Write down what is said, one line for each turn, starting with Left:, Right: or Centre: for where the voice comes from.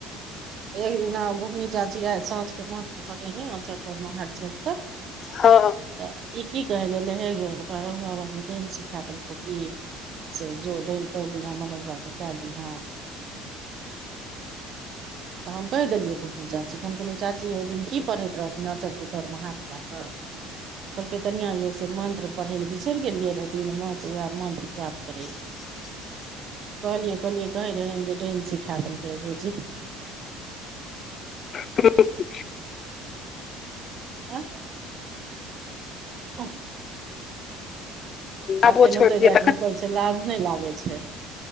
Right: एक दिना बुकनी ज जीरा साँझके माछ पकरनेै रहे अचार तौरमे हाथ झाइप क
Left: हँ
Right: तऽ ई की कहै लले ऐलै हे ग ओकरा रहुआ बाली डाइन सिखा देलकौ कि से जो डाइन पैड़लिह मनोजबा क कए दिह त हम कह देेलिय को चाची कम कही चाची ओ दिन की पड़ैत रहथिन अचरके तरमे हाथ दै कऽ कहलकै कनिया जे से मंत्र पढ़े ले बिसरि गेलिये रहे दिन में त वएह मंत्र जाप करे रहे
Left: <inaudible>
Right: कहलियै कहलियै कहै रहे जे डेन सिखा देलकै भउजी
Left: क <inaudible>
Right: आँ <unintelligible> <inaudible>
Left: आबो
Right: अखन
Left: छोड़ि
Right: ओते
Left: दियै
Right: जाय के बैसल छै लाज नय लागे छै